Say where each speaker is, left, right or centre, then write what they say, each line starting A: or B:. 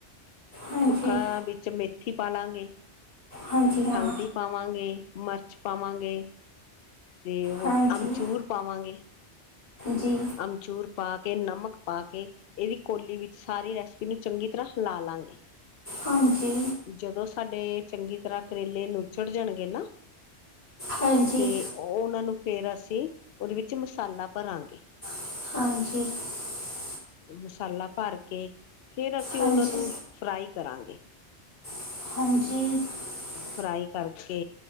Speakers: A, on the left; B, on the left.
A: ਹਾਂਜੀ
B: ਸੁੱਕਾ ਵਿੱਚ ਮੇਥੀ ਪਾ ਲਾਂਗੇ,
A: ਹਾਂਜੀ ਹਾਂ
B: ਹਲਦੀ ਪਾਵਾਂਗੇ। ਮਰਚ ਪਾਵਾਂਗੇ ਤੇ ਉਹ
A: ਹਾਂਜੀ
B: ਅਮਚੂਰ ਪਾਵਾਂਗੇ।
A: ਜੀ
B: ਅਮਚੂਰ ਪਾ ਕੇ, ਨਮਕ ਪਾ ਕੇ। ਐਵੀ ਕੋਲੀ ਵਿੱਚ ਸਾਰੀ ਰੈਸਪੀ ਨੂੰ ਚੰਗੀ ਤਰ੍ਹਾਂ ਹਿਲਾ ਲਾਂਗੇ।
A: ਹਾਂਜੀ
B: ਜਦੋਂ ਸਾਡੇ ਚੰਗੀ ਤਰ੍ਹਾਂ ਕਰੇਲੇ ਨੁੱਚੜ ਜਾਣਗੇ ਨਾ?
A: ਹਾਂਜੀ
B: ਤੇ ਉਹਨਾਂ ਨੂੰ ਫੇਰ ਅਸੀਂ ਉਹਦੇ ਵਿੱਚ ਮਸਾਲਾ ਭਰਾਂਗੇ?
A: <inaudible>
B: ਮਸਾਲਾ ਭਰ ਕੇ ਫਿਰ ਅਸੀਂ
A: ਹਾਂਜੀ
B: ਉਹਨਾਂ ਨੂੰ ਫਰਾਈ ਕਰਾਂਗੇ।
A: <inaudible>
B: ਫਰਾਈ ਕਰਕੇ